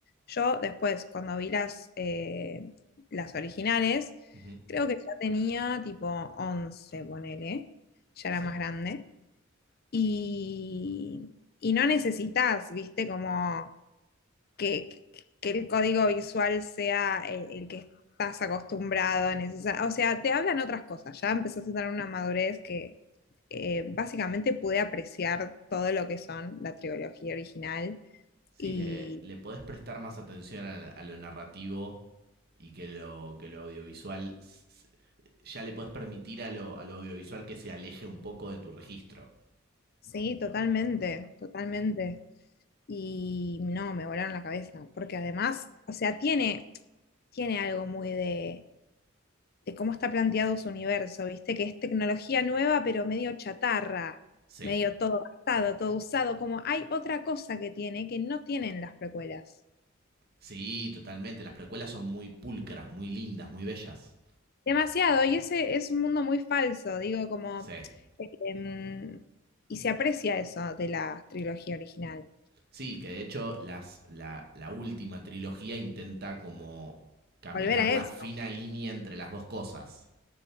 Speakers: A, on the left; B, on the right.
A: Yo después, cuando vi las, eh, las originales,
B: Ujú.
A: Creo que ya tenía tipo 11 ponele, ya
B: Sí.
A: era más grande. Y, y no necesitas, viste, como que, que- que el código visual sea el, el que estás acostumbrado. a necesitar o sea, te hablan otras cosas, ya empezás a tener una madurez que eh, básicamente pude apreciar todo lo que son la trilogía original.
B: Sí,
A: Y
B: le, le podés prestar más atención a, a lo narrativo y que lo, que lo audiovisual s- ya le podés permitir a lo, a lo audiovisual que se aleje un poco de tu registro.
A: sí, totalmente, totalmente. Y no, me volaron la cabeza, porque además, o sea, tiene tiene algo muy de, de cómo está planteado su universo, ¿viste? Que es tecnología nueva, pero medio chatarra,
B: Sí.
A: medio todo gastado, todo usado, como hay otra cosa que tiene que no tienen las precuelas.
B: Sí, totalmente. Las precuelas son muy pulcras, muy lindas, muy bellas.
A: Demasiado, y ese es un mundo muy falso, digo, como...
B: Sí.
A: em, y se aprecia eso de la trilogía original.
B: Sí, que de hecho las, la, la última trilogía intenta como caminar
A: Volver a
B: la
A: eso,
B: fina línea entre las dos cosas.